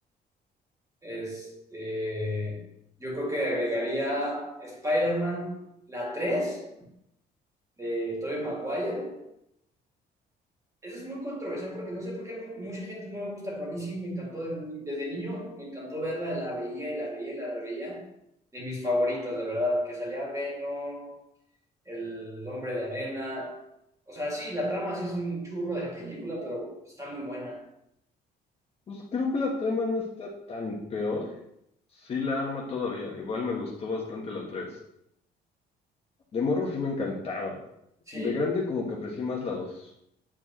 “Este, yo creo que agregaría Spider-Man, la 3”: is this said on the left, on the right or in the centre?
Right